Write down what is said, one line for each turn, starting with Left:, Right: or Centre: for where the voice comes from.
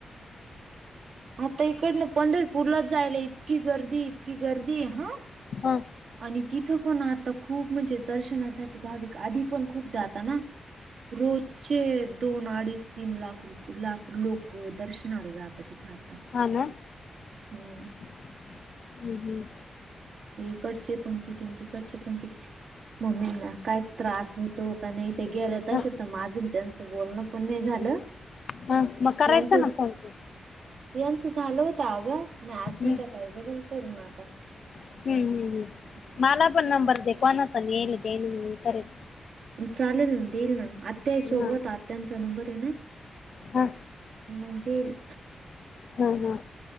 Right: आता इकडन पंढरपूरलाच जायला, इतकी गर्दी इतकी गर्दी हां.
Left: आ..
Right: आणि तिथं, पण आता खूप म्हणजे दर्शनासाठी. भाविक आधी पण, खूप जाता ना रोज. चे दोन अडीच तीन लाख रुप लाख लोक दर्शनाला जातात तिथं आता.
Left: हा ना.
Right: हम्म.
Left: हम्म हम्म.
Right: इकडचे पण किती तिकडचे, पण किती मम्मींना काय त्रास होतं. तो कणी ते गेला तश,
Left: ह
Right: तर माझं त्यांचं बोलणं पण नाही झालं.
Left: हा मग करायचा
Right: यांचंच
Left: ना फोन तू.
Right: यांचं झालं होत अगं, मी आज
Left: हम्म
Right: संध्याकाळी
Left: हम्म
Right: बघल करू ना आता.
Left: हम्म हम् हम्.
Right: ह्.
Left: मला पण नंबर दे, कोणाच येण देण मी करेन.
Right: चालेल मग देईल ना आत्या आहे सोबत
Left: हा
Right: आत्यांचा नंबर येना.
Left: हा
Right: मंग देईल.
Left: हा हा.